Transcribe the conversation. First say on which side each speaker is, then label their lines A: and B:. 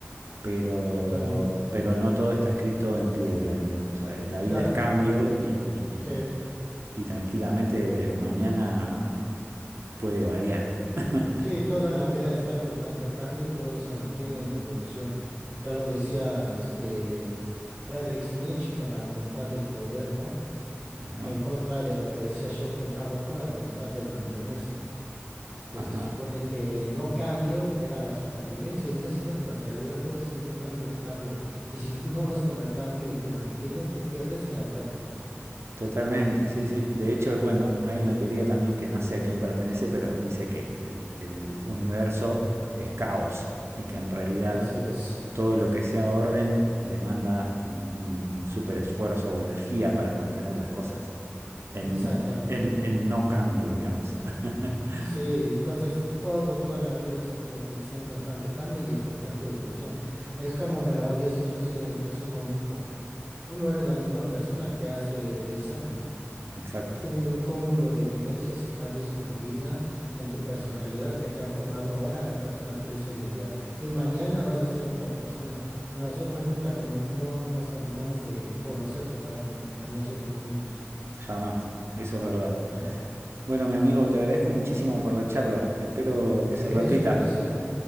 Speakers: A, on the right; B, on the right.
A: pero,
B: totalmente.
A: pero no todo está escrito en piedra, digamos. Eh, La vida
B: Claro,
A: es cambio y, y-
B: sí,
A: y- y tranquilamente mañana puede variar. <laughs>
B: sí, todo en la vida está en constante cambio, todo se mantiene en evolución. Ya lo decía este Friedrich Nietzsche con la voluntad del poder, ¿no?
A: Ajá,
B: En contra de lo que decía Schopenhauer con la voluntad del mantenerse. que
A: ajá,
B: se supone que el no cambio era la supervivencia y no es cierto, en realidad todo está en constante cambio y si tú no vas con el cambio y te mantienes, te pierdes y la vida te consume.
A: totalmente, sí, sí. De hecho, bueno, hay una teoría también que no sé a quién pertenece, pero dice que el, el universo es caos y que en realidad
B: Así es,
A: todo lo que sea orden demanda como un, un súper esfuerzo o energía para mantener las cosas en,
B: exactamente.
A: en, en no cambio, digamos. <laughs>
B: Sí, entonces t- todo, todo en la vida siempre en con- está en constante cambio y en constante evolución. Es como me lo habías dicho hace, hace un momento, tú no eres la misma persona que hace 10 años.
A: Exacto,
B: Has tenido un cúmulo de vivencias y cambios en tu vida, en tu personalidad, que te han formado ahora a la persona que eres hoy en día. Y mañana vas a ser otra persona. Nosotros nunca no, no- no nos terminamos de conocer totalmente a nosotros mismos.
A: jamás. Eso es verdad.
B: Exacto.
A: Bueno, mi amigo, te agradezco muchísimo por la charla. Espero
B: ¿De
A: que se
B: qué
A: repita.
B: es un placer?